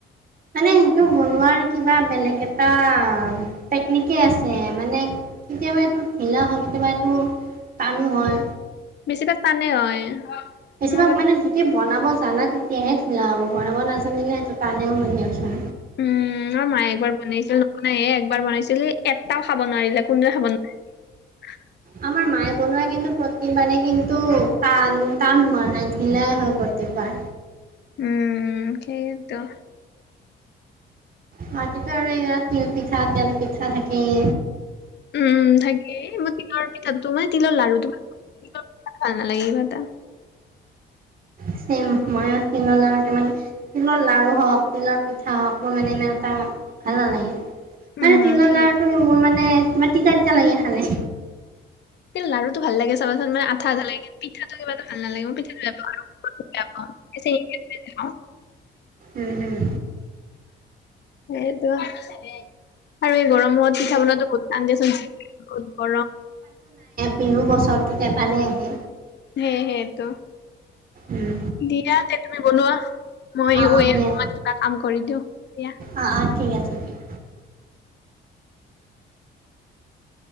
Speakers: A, on the right; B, on the left.
A: মানে সেইটো বনোৱাৰ কিবা বেলেগ এটা টেকনিকেই আছে মানে কেতিয়াবা এইটো ঢিলা হয় কেতিয়াবা এইটো টানো হয়।
B: বেছি তাক টানেই হয়।
A: বেছিভাগ
B: মোৰ
A: মানে যদি বনাব জানা তেতিয়াহে ঠিলা হ'ব বনাব নাজানিলে সেইটো কণেও হ'ব দিয়াচোন
B: উম ম মায়ে একবাৰ বনাইছিল নহনাইে একবাৰ বনাইছিল। এটাও খাব খাব নোৱাৰিলে কোনোৱে খাব নোৱাৰিলে।
A: আমাৰ মায়ে বনোৱা কিন্তু প্ৰতিবাৰেেই কিন্তু টান টান হোৱা নাই ঢিলাই হয় প্ৰতিবাৰ
B: উম সেইতো
A: বাকীটো আৰু ইয়াত তিল পিঠা তেল পিঠা থাকেই।
B: উম থাকে মই তিলৰ পিঠাটো মানে তিলৰ লাৰুটো তোমাৰ ভাল নালাগে কিবা এটা।
A: ছেম মইও <unintelligible> তিলৰ লাৰু হওক তিলৰ পিঠা হওক মোৰ মানে ইমান এটা ভাল নালাগে।
B: উম,
A: মানে তিল
B: সেই
A: লাৰুটো মোৰ মানে তোমাৰ তিতা তিতা লাগে খালে।
B: লাৰুটো ভাল লাগে চাবাচোন মান আঠা আঠা লাগে কি পিঠাটো কিবা ভাল নালাগ মই পঠাটো বেয়াওঁ বেয়া পা। <unintelligible>
A: উম হম।
B: সেইটোয়ে। আৰু এই গৰম হত পিঠা বনাোৱাটো বহুত টান বহুত গৰম।
A: বিহ বছৰটো এবাৰেই আহে।
B: হে সেইটো
A: উম।
B: দিয়া তে তুমি বনোৱা। মইত
A: অ', অ', সেয়াই
B: কিবা কাম কৰি দিওঁ এতিয়া।
A: অ', অ', ঠিক আছে দিয়া।